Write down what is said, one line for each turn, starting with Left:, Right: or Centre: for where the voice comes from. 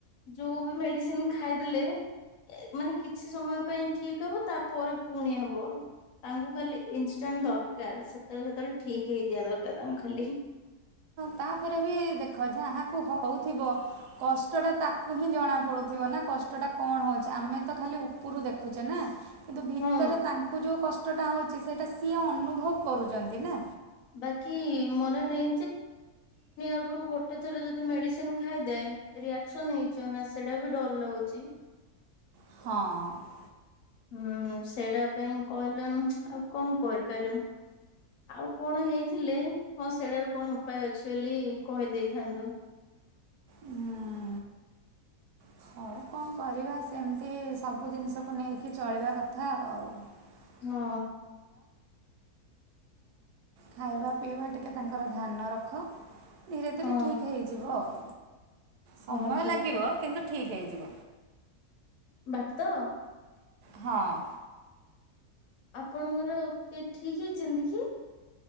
Left: ଯଉ ବି ମେଡ଼ିସିନ୍‌ ଖାଇ ଦେଲେ। ମାନେ କିଛି ସମୟ ପାଇଁ ଠିକ୍ ହବ, ତା'ପରେ ପୁଣି ହେବ। ତାଙ୍କୁ ଖାଲି ଇନ୍‌ଷ୍ଟାଣ୍ଡ୍ ଦର୍କାର୍, ଠିକ୍ ହେଇଯିବା ଦରକାର୍ ତାଙ୍କୁ ଖାଲି।
Right: ତା'ପରେ ବି ଦେଖ, ଯାହାକୁ ହଉଥିବ। କଷ୍ଟଟା ତାକୁ ହିଁ ଜଣାପଡୁଥିବ ନା। କଷ୍ଟଟା କ'ଣ ହଉଚି, ଆମେ ତ ଖାଲି ଉପୁରୁ ଦେଖୁଚେ ନା। କିନ୍ତୁ ଭିତରେ
Left: ହଁ
Right: ତାଙ୍କୁ ଯଉ କଷ୍ଟଟା ହଉଚି, ସେଇଟା ସିଏ ଅନୁଭବ୍ କରୁଚନ୍ତି ନା।
Left: <inaudible> ଦି, ତିନି ଆଡୁ ଗୋଟେ ଥର ଯଦି ମେଡ଼ିସିନ୍‌ ଖାଇଦେ, ରିଆକ୍ସନ୍‌ ହେଇଯିବ ନା, ସେ ବି ଡ଼ର୍ ଲାଗୁଚି।
Right: ହଁ!
Left: ହୁଁ, ସେଇ ପାଇଁ ଆଉ କ'ଣ କରିପାରିବୁ? ଆଉ କ'ଣ ହେଇଥିଲେ, ହଁ ସେ-----କ'ଣ ଉପାୟ ଅଛି ବୋଲି କହିଦେଇଥାନ୍ତୁ।
Right: ହୁଁ। ହଉ କ'ଣ କରିବା, ସେମ୍ତି ସବୁ ଦିନ୍‌ଷକୁ ନେଇକି ଚଳିବା କଥା ଆଉ। <inaudible> ଆ,
Left: ହଁ
Right: ଖାଇବା ପିଇବା ଟିକେ ତାଙ୍କର ଧ୍ୟାନ ରଖ। ଧୀରେ ଧୀରେ
Left: ହଁ
Right: ଠିକ୍ ହେଇ ଯିବ ଆଉ, ସମୟ
Left: ହଁ ଠିକ
Right: ଲାଗିବ
Left: କଥା
Right: କିନ୍ତୁ ଠିକ୍ ହେଇଯିବ।
Left: <inaudible>
Right: ହଁ!
Left: ଆପଣଙ୍କର କିଏ ଠିକ୍ ହେଇ--ନ୍ତି କି?